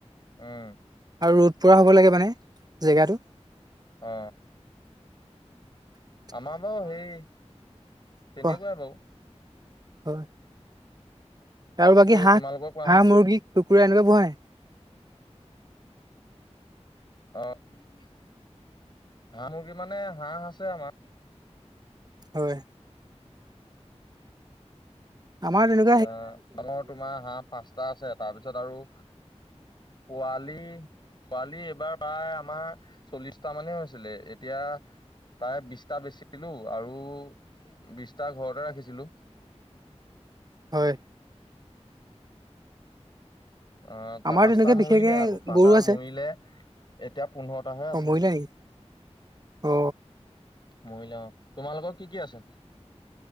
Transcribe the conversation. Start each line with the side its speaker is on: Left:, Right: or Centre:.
Left: উম
Right: আৰু ৰ'দ পৰা হ'ব লাগে মানে জেগাটো।
Left: অ।
Right: <unintelligible>
Left: আমাৰ বাৰু সেই তেনেকুৱাই
Right: কোৱা,
Left: বাৰু
Right: হয়। আৰু বাকী হাঁহ?
Left: তোমালোকক কোৱাচোন
Right: হাঁহ, মুৰ্গী, কুকুৰা এনেকুৱা নোপুহে?
Left: অ হাঁহ মুৰ্গী মানে হাঁহ আছে আমাৰ।
Right: হয়। আমাৰ তেনে
Left: আ আমৰ তোমাৰ হাঁহ পাঁচটা আছে। তাৰপিছত আৰু পোৱালি পোৱালি এইবাৰ প্ৰায় আমাৰ চল্লিছটা মানেই হৈছিলে। এতিয়া তাৰে বিছটা বেচি দিলো আৰু বিছটা ঘৰতে ৰাখিছিলো।
Right: হয়।
Left: অ
Right: আমাৰ
Left: তাৰ পাঁচটা
Right: তেনেকে
Left: মৰিলে
Right: বিশেষকে
Left: আকৌ। পাঁচটা
Right: গৰু আছে
Left: মৰিলে, এতিয়া পোন্ধৰটাহে আছে।
Right: অ মৰিলা নেকি অ।
Left: মৰিলে অ। তোমালোকৰ কি কি আছে?